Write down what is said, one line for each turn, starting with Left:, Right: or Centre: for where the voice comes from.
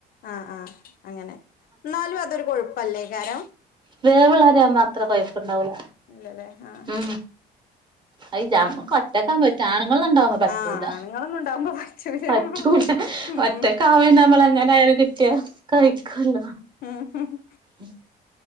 Left: ആഹ ആഹ് അങ്ങനെ എന്നാലും അതൊരു കൊഴപ്പല്ലേ കാരം
Right: വേവള്ള അരിയ ആവുമ്പോ അത്ര കൊഴപ്പുണ്ടാവൂല
Left: ഇല്ലല്ലേ ആഹ്
Right: ഉ അ നമ്മ
Left: ആഹ്
Right: കറ്റക്കാൻ പറ്റ ആണുങ്ങളൊന്നണ്ടാവക്പ പറ്റൂല
Left: ആഹ് ആണുങ്ങളൊന്നും ഉണ്ടാവുമ്പോ പറ്റൂല
Right: പത്ത് കൂട്ട
Left: ഉം
Right: മറ്റേ കാവ്യ നമലങ്ങനായന കിട്ടിയ കഴിക്കല്ല
Left: മ്മ്ഹ് മ്മ്ഹ്ഹ്
Right: ഉം